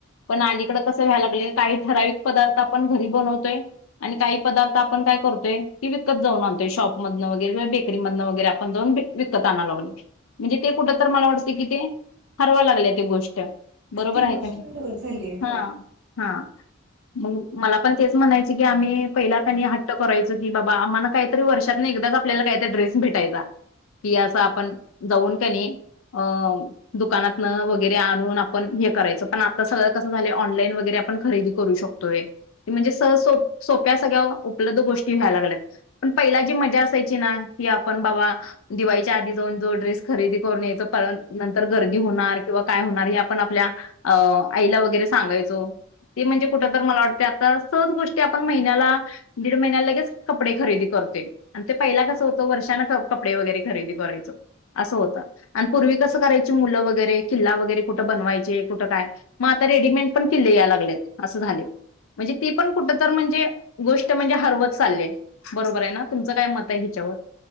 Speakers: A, on the left; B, on the right.
A: पण अलीकड कसं व्हायला लागलय काही ठराविक पदार्थ आपण घरी बनवतोय, आणि काही पदार्थ आपण काय करतोय ती विकत जाऊन आणतोय शॉपमधन वगैरे, री मधन वगैरे आपण जाऊन विकत आणा लागलोय, म्हणजे ते कुठ तर मला वाटते की ते हरवा लागले ती गोष्ट, बरोबर
B: ती
A: आहे
B: गोष्ट
A: का नाही
B: हरवत झाली आहे हो
A: हा हा! मग मला पण तेच म्हणायचे की आम्ही पहिला कनी हट्ट करायचो की बाबा आम्हाला काय, वर्षात एकदा आपल्याला काही ड्रेस भेटायचा की अस आपण जाऊन का नाही, अ दुकानातन वगैरे आणून आपण हे करायचं पण आता सगळं कसं झालं ऑनलाईन वगैरे, आपण खरेदी करू शकतोय म्हणजे सह सोप्या सगळ्या उपलब्ध गोष्टी व्हाय लागल्यात, पण पहिला जी मजा असायची ना की आपण बाबा, दिवाळीच्या आधी जाऊन जो ड्रेस खरेदी करून यायचो नंतर गर्दी होणार किंवा काय होणार हे आपण आपल्या अ आईला वगैरे सांगायचो, ते म्हणजे कुठ तर मला वाटते आता सहज गोष्टी आपण महिन्याला, दीड महिन्या लगेच कपडे खरेदी करतोय आणि ते पहिला कसं होतय तो वर्षान कपडे वगैरे खरेदी करायचो--तो असं होतं आणि पूर्वी कसं करायची मुलं वगैरे किल्ला वगैरे कुठं बनवायचे कुठं काय मग आता रेडीमेड पण किल्ले या लागलेत असं झाले, म्हणजे ती पण कुठ तर म्हणजे गोष्ट म्हणजे हरवत चालय बरोबर आहे ना तुमचं काय मत आहे ह्यीच्यावर?